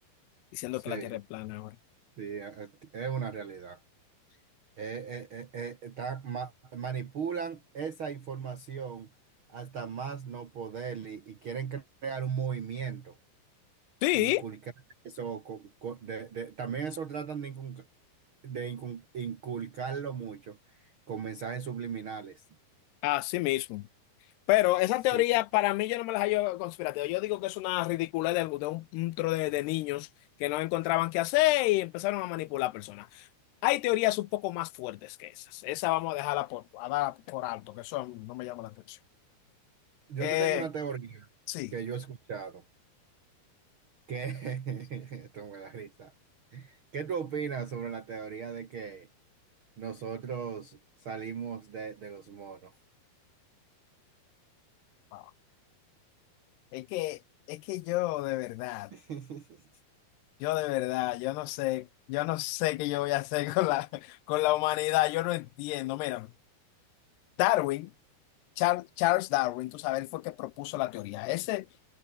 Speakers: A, on the left; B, on the right.
A: diciendo
B: Sí,
A: que la Tierra es plana ahora.
B: sí, es, es una realidad. Eh, eh, eh, eh, está- ma- manipulan esa información hasta más no poder y, y quieren cre- crear un movimiento
A: Sí,
B: e inculcar eso. co- co- de- de- también eso tratan de, inculca- de incul- inculcarlo mucho con mensajes subliminales.
A: así mismo. Pero esa
B: Sí.
A: teoría para mí yo no me la hallo conspirativa. Yo digo que es una ridiculez de, algún- de un, un tro de, de niños que no encontraban qué hacer y empezaron a manipular personas. Hay teorías un poco más fuertes que esas. Esa vamos a dejarla por, a dar por alto, que eso no me llama la atención.
B: Yo
A: Eh,
B: te tengo una teoría
A: sí,
B: que yo he escuchado, que <laughs> esto me da risa. ¿Qué tú opinas sobre la teoría de que nosotros salimos de, de los monos?
A: wow. Es que, es que yo de verdad,
B: <laughs>
A: yo de verdad, yo no sé, yo no sé qué yo voy a hacer con la, con la humanidad, yo no entiendo. Mira, Darwin, Char- Charles Darwin, tú sabes, él fue el que propuso la teoría. Ese,